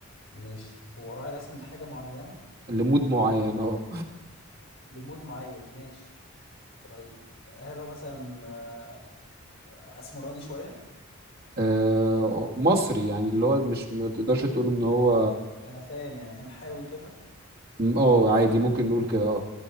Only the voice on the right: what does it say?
لمود معين اه
آه،
مصري يعني اللي هو مش ما تقدرش تقول ان هو
م- اه عادي ممكن نقول كده اه